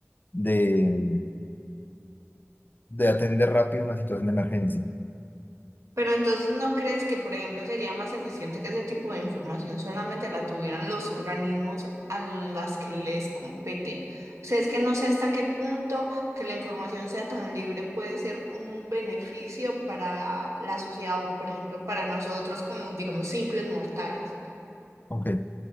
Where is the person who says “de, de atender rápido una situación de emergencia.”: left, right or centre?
Left